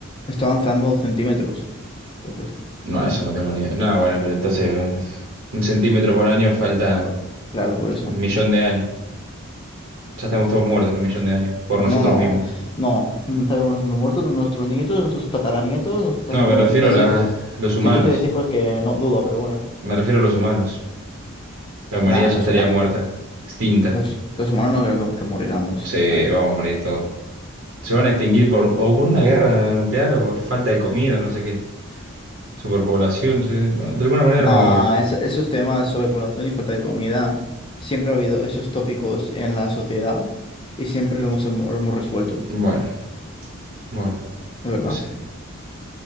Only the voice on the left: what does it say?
está avanzando centímetros, entonces.
bueno.
Bueno, Claro, por eso.
No, no,
no, no sabemos nuestros muertos, nuestros nietos, nuestros tataranietos, nuestros tatara-
Bueno,
si tienes
hijos.
Si tú tienes hijos, que no dudo, pero bueno.
Nada,
los,
huma-
los, los humanos no creo que, que moriramos.
Ah,
Nada,
esos temas sobre población y falta de comida, siempre ha habido esos tópicos en la sociedad y siempre lo hemos, lo hemos resuelto,
¿es verdad?